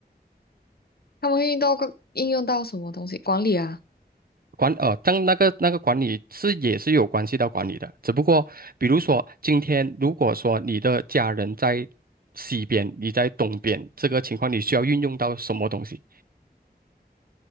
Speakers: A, on the left; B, on the right.
A: 他们会用到个应用到什么东西？管理啊，
B: 管呃，但那个那个管理是也是有关系到管理的，只不过比如说今天如果说你的家人在西边，你在东边，这个情况你需要运用到什么东西